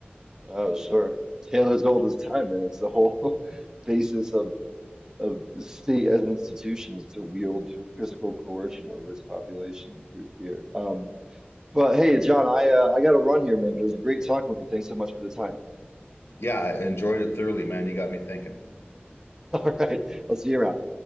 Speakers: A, on the right; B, on the left.
A: Oh, sure. Tale as old as time, and it's the whole <laughs> basis of of the state as an institution is to wield physical coercion over its population through fear. Um, but hey, John, I uh, I got to run here, man. But it was great talking with you. Thanks so much for the time.
B: Yeah, I enjoyed it thoroughly, man. You got me thinking.
A: <laughs> All right, I'll see you around.